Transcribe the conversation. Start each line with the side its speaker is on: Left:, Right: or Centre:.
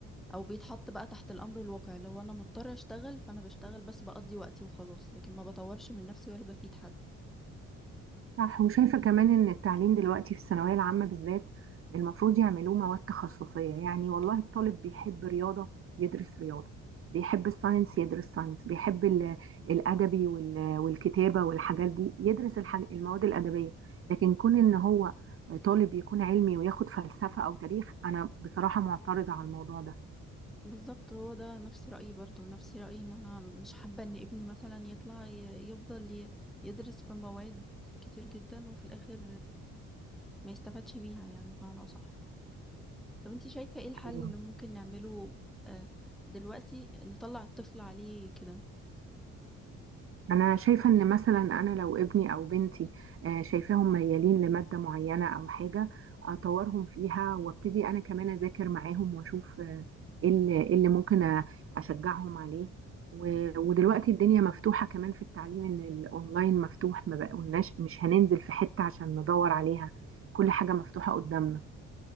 Centre: او بيتحط بقى تحت الامر الواقع اللي هو انا مضطر اشتغل فانا بشتغل بس بقضي وقتي وخلاص لكن ما بطورش من نفسي ولا بفيد حد
Right: صح وشايفة كمان إن التعليم دلوقتي في الثانوية العامة بالذات المفروض يعملوه مواد تخصصية يعني والله الطالب بيحب رياضة يدرس رياضة بيحب الساينس يدرس ساينس بيحب ال- الأدبي وال- والكتابة والحاجات دي يدرس الحاج- المواد الأدبية لكن كون إن هو طالب يكون علمي وياخد فلسفة أو تاريخ أنا بصراحة معترضة على الموضوع
Centre: بالظبط هو ده نفس رأيي برضو نفس رأيي ان انا مش حابة ان ابني مثلا يطلع ي- يفضل ي- يدرس في مواد كتير جدا وفي الاخر ما يستفادش بيها يعني بمعنى اصح طب انت شايفة ايه الحل
Right: ده
Centre: اللي ممكن نعمله آه، دلوقتي نطلع الطفل عليه كده
Right: أنا شايفة إن مثلا أنا لو ابني أو بنتي آه، شايفاهم ميالين لمادة معينة أو حاجة أطورهم فيها وابتدي أنا كمان أذاكر معاهم وأشوف آه، إيه اللي إيه اللي ممكن أ- أشجعهم عليه و- ودلوقتي الدنيا مفتوحة كمان في التعليم إن الأونلاين مفتوح ما بقولناش مش هننزل في حتة عشان ندور عليها كل حاجة مفتوحة قدامنا